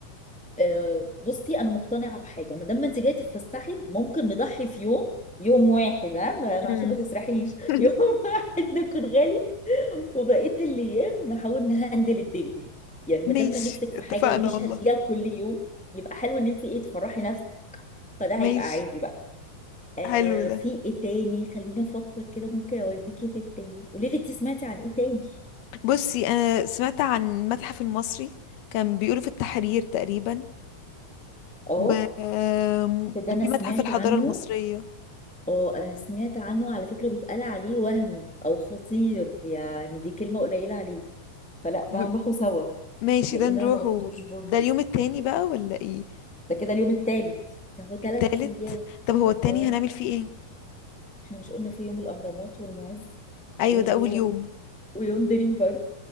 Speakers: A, in the centre; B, on the left.
A: آه، بصي انا مقتنعه بحاجه ما دام ما انت جايه تتفسحي ممكن نضحي في يوم يوم واحد ها ما- ما-
B: مم.
A: عشان ما تسرحيش <laughs>
B: <laughs>
A: يوم واحد نكون غالي وبقيه الايام نحاول نهندل الدنيا يعني
B: ماشي
A: ما دام ما نفسك
B: اتفقنا
A: في حاجه ومش
B: والله
A: هتجيها كل يوم يبقى حلو ان انت ايه تفرحي نفسك فده
B: ماشي
A: هيبقى عادي بقى آه
B: حلو ده
A: في ايه تاني خليني افكر كده ممكن اوديكي في التاني قولي لي انت سمعتي عن ايه تاني
B: بصي انا سمعت عن المتحف المصري كان بيقولوا في التحرير تقريبا
A: اه
B: و آم،
A: ده ده انا
B: في
A: سمعت
B: متحف الحضارة
A: عنه
B: المصرية
A: اه انا سمعت عنه على فكرة بيتقال عليه وهمي او خطير يعني دي كلمة قليلة عليه فلا ده
B: ب...
A: هنروحه سوا
B: ماشي
A: لان
B: ده نروح
A: انا ما رحتوش
B: و...
A: برضه
B: ده اليوم التاني بقى ولا ايه
A: ده كده اليوم التالت ده هو تلات
B: التالت
A: ايام
B: طب هو التاني
A: اه
B: هنعمل فيه ايه
A: احنا مش قلنا في يوم الاهرامات والمعز
B: ايوه
A: ويوم
B: ده اول يوم
A: ويوم دريم بارك